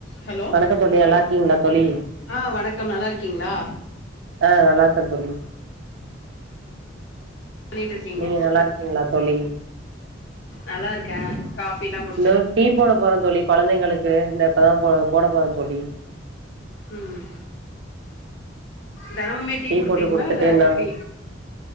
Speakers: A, on the left; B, on the right.
A: Hello
B: வணக்கொ தோழி நல்லாருக்கீங்ளா தோழி
A: ஆ வணக்கம் நல்லாருக்கீங்ளா
B: அ நல்லாருக்கே தோழி
A: பண்ணிட்ருக்கீங்க
B: நீங்க நல்லா இருக்கீங்களா தோழி
A: நல்லாருக்கே காஃபிலா போ
B: இந்த டீ போட போறே தோழி கொழந்தைங்களுக்கு இந்த இப்பதா போ போட போறே தோழி
A: ம் தெனமுமே டீ குடுப்பீங்ளா
B: போட்டு குடுத்துட்டு
A: இல்ல
B: நா
A: எப்டி